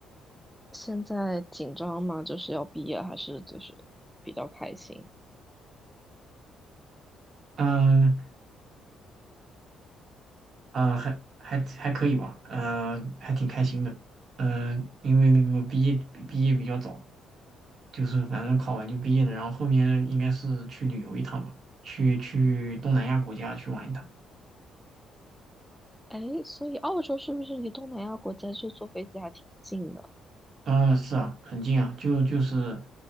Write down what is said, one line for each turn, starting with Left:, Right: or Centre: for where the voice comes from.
Centre: 现在紧张吗？就是要毕业，还是就是比较开心？
Right: 呃呃，还还还可以吧，呃，还挺开心的，呃，因为那个毕业毕毕业比较早，就是反正考完就毕业了，然后后面应该是去旅游一趟吧，去去东南亚国家去玩一趟。
Centre: 哎，所以澳洲是不是离东南亚国家就坐飞机还挺近的？
Right: 啊，是啊，很近啊，就就是，